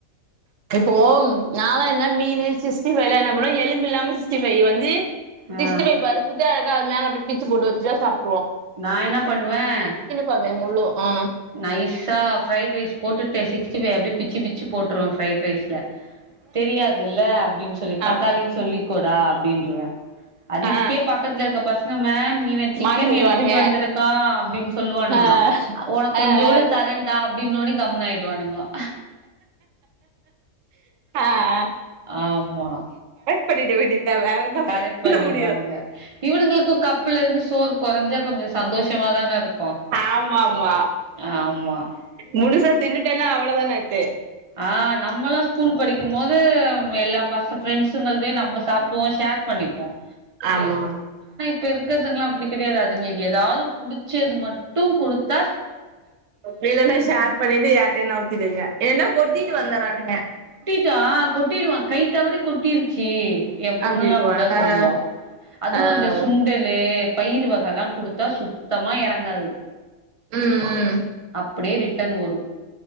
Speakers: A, on the right (about 70°); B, on the right (about 40°).
A: இப்போ நால என்ன மீன் சிக்ஸ்டிபைவ்ல என்ன பண்ணம் எலும்பு இல்லாம சிக்ஸ்டிைவ வந்து
B: ஆ
A: திஸ்டிபைவ் வருப்புதா அது மேல அப்டி பிச்ச போட்டு வச்சு சாப்
B: நான் என்ன பண்ணுவேன்
A: பாப்பே முள்ளு ஆ
B: நைஸா ஃரைட் ரைஸ் போட்டுட்டேன் சிக்ஸ் சிக்ஸ்டி பைவ்வ பிச்ச பிச்சு போட்டுருவேன் ப்ரைட் ரைஸ்ல தெரியாதுல்ல அப்டின்னு சொல்லி தக்காளின்னு
A: ஆமா
B: சொல்லி கூடா அப்டின்றுருவன் அதுக்கே
A: ஆ
B: பக்கத்துல இருக்க பசங்க மேம் இவன் சிக்கன்
A: மாட்டி விட்ருவானுங்க
B: எடுத் த்துட்டு வந்திருக்கா அப்டின்னு சொல்லுவானுங்களம்
A: ஆ
B: உனக்கு கொஞ்சோண்டு
A: ஆ ஆ
B: தரண்டா அப்டின்னி கம்னு ஆய டுவாணுங்களாம்
A: ஆஹ்
B: ஆமா
A: பண்ணிட வேண்டியது வேற என்ன
B: கரெக்ட்
A: பண்ண
B: பண்ணிடுவானுங்க
A: முடியும்
B: இவனுங்களுக்கு கப்புல இருந்து சோறு கொறஞ்சா கொஞ்சோ சந்தோஷமா தான இருக்கு
A: ஆமா ஆமா
B: ஆமா
A: முழுசா தின்னுட்டேன்னா அவ்ளோ தானே ஆச்சு
B: ஆஹ் நம்மலாம் ஸ்கூல் படிக்கும் போது எல்லா மத்த ஃபிரெண்ட்ஸுங்கள்தையும் நம்ம சாப்பிடுவோம் ஷேர் பண்ணிப்போம்
A: ஆமா
B: இப்ப இருக்கிறதுங்களாம் அப்டி கிடையாது அதுங்களுக்கு ஏதாது பிடிச்சது மட்டும் குடுத்து
A: வேனானா ஷேர் பண்ணிட்டு யார்ட்டையாவது நவுத்திடங்க இல்லனா கொட்டிட்டு வந்துறானுங்க
B: கொட்டிடுவான் கை தவறி கொட்டிடுச்சி என் பொண்ணுல்லாம்
A: அப்டின்டுவாங்க
B: அப்டித்தான்
A: ஆ
B: சொல்லுவா அதுவும்
A: ஆ
B: அந்த சுண்டலு பயிர் வகையெல்லாம் குடுத்தா சுத்தமா இறங்காது
A: உம் உம்
B: அப்டியே ரிட்டர்ன் வரும்